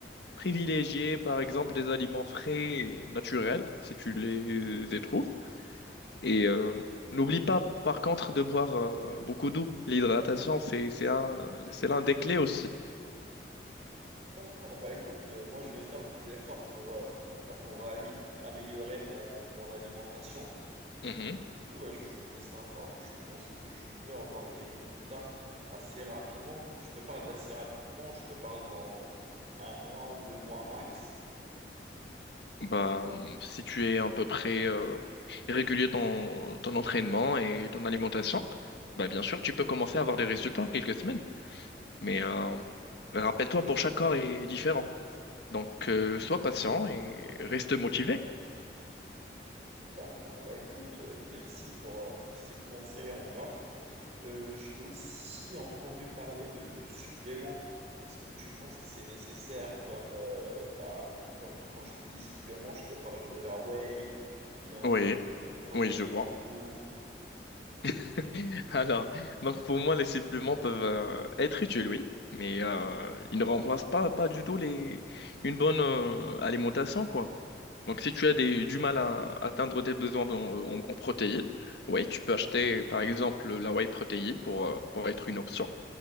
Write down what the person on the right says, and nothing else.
D'accord, bah écoute, euh, moi je vais faire des efforts pour, euh, bah, pour ali- améliorer mon, mon alimentation. Et
du coup, euh, je voulais savoir, tu penses que je peux avoir des résultats assez rapidement? Quand je te parle d'assez rapidement, je te parle dans un mois, deux mois max.
D'accord, bah écoute, euh, merci pour, euh, pour ces conseils en or. Euh, j'ai aussi entendu parler de, de suppléments. Est-ce que tu penses que c'est nécessaire comme, euh, bah, comme quand je te dis supplément, je te parle de la whey ou bien
de, des protéines
en poudre?